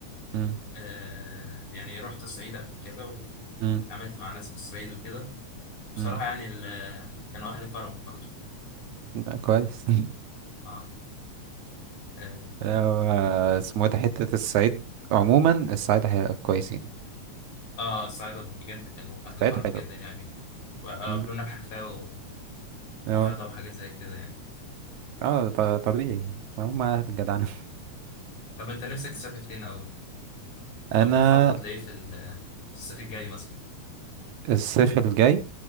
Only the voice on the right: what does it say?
مم،
مم،
مم.
لا، كويس <laughs>
لو آه، اسمه إيه ده حتة الصعيد عموما الصعيد حلو كويسين
الصعيد
حلو
مم.
اه
اه ط- طبيعي هم أهل الجدعنة
<laughs> أنا
الصيف الجاي